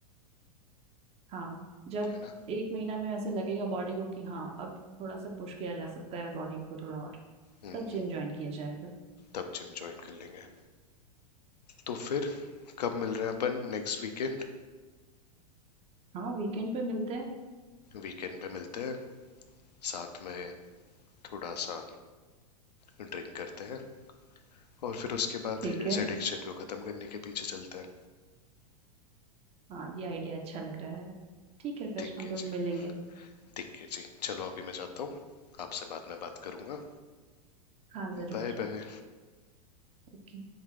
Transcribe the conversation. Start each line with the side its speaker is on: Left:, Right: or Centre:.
Right: हाँ जब
Left: है ना
Right: एक महीना में वैसे लगेगा बॉडी को कि हाँ अब थोड़ा सा पुश किया जा सकता है बॉडी को थोड़ा और
Left: हम्म
Right: तब
Left: हम्म,
Right: जिम ज्वाइन किया जाएगा
Left: तब जिम ज्वाइन कर लेंगे तो फिर कब मिल रहे हैं अपन Next weekend
Right: हाँ वीकेंड पे मिलते हैं
Left: वीकेंड पे मिलते हैं साथ में थोड़ा सा ड्रिंक करते हैं और फिर उसके बाद
Right: ठीक
Left: इस
Right: है
Left: एडिक्शन को ख़त्म करने के पीछे चलते हैं
Right: हाँ ये आइडिया अच्छा लग रहा है ठीक है फिर
Left: ठीक
Right: हम
Left: है
Right: लोग
Left: जी
Right: मिलेंगे
Left: ठीक है जी चलो अभी मैं जाता हूँ आपसे बाद में बात करूँगा
Right: हाँ जरूर
Left: Bye bye
Right: ओके